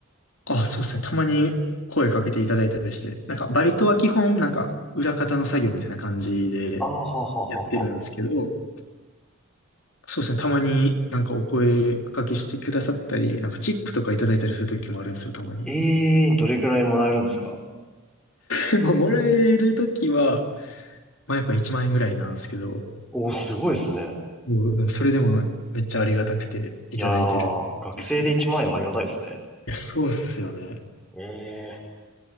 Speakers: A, on the left; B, in the centre.
A: あ、そうですね。たまに声かけていただいたりして、なんかバイトは基本なんか裏方の作業みたいな感じで
B: ああ、はははは。
A: やってるんですけど、そうですね。たまになんかお声かけしてくださったり、なんかチップとかいただいたりする時もあるんですよ、たまに。
B: ええー、どれくらいもらえるんですか
A: でも、もらえるときは、まあやっぱ1万円ぐらいなんですけど、
B: おー、すごいですね。
A: もう、でもそれでもめっちゃありがたくていただいてるですね。
B: いやー、学生で1万円はありがたいですね。
A: いや、そうっすよね。
B: ええ